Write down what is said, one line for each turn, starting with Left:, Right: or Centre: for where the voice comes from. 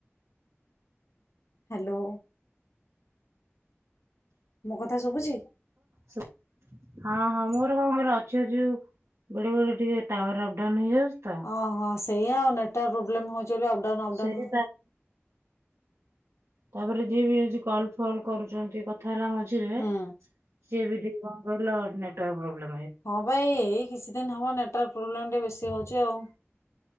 Left: ହ୍ୟାଲୋ ମୋ କଥା ଶୁଭୁଛି?
Right: ସୁଭ୍ ହ ହଁ ହଁ ମୋର କଣ କହିଲ ଅଛି ଅଛି ଯୋଉ ବେଳେ ବେଳେ ଟିକେ ଟାୱାର ଅପଡାଉନ ହେଇଯାଉଛି। ତ
Left: ଓହୋ ସେଇ ଆଉ ନେଟୱାର୍କ ପ୍ରୋବଲେମ ହଉଛି। ପାଇଁ ଅପଡାଉନ ଅପଡାଉନ୍
Right: ସେ ତା ତାପରେ ଯିଏ ବି ଆଜି କଲ ଫଲ କରୁଛନ୍ତି କଥା। ଖଇଲା ମଝିରେ
Left: ହୁଁ।
Right: ସିଏ ବି। କଣ କହିଲ ନେଟୱର୍କ ପ୍ରୋବଲେମ୍।
Left: ହଁ ଭାଇ ଏଇ କିଛି। ଦିନ ହବ ନେଟୱର୍କ ପ୍ରୋବ୍ଲେମ ଟିକେ ବେଶୀ ହଉଛି ଆଉ।